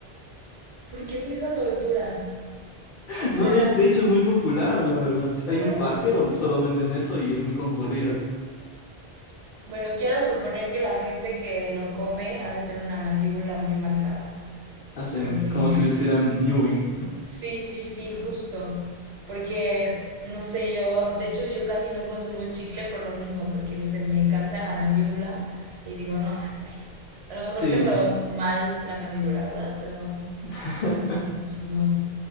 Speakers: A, on the right (about 80°); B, on the left (about 60°).
A: ¿Por qué hacen esa tortura?
B: <laughs>
A: O sea,
B: No, de, de hecho es muy popular, la verdad. Sí, Hay
A: Ah,
B: un parque donde solo venden eso y es muy concurrido.
A: bueno, quiero suponer que la gente que lo come ha de tener una mandíbula muy marcada.
B: Hacen
A: Porque,
B: como
A: <laughs>
B: si hicieran mewing.
A: sí, sí, sí, justo. Porque, no sé, yo, de hecho, yo casi no consumo chicle por lo mismo, porque se me cansa la mandíbula y digo, no, hasta ahí. A lo mejor
B: Sí,
A: tengo mal la mandíbula, ¿verdad? Pero...
B: <laughs>
A: Pues No.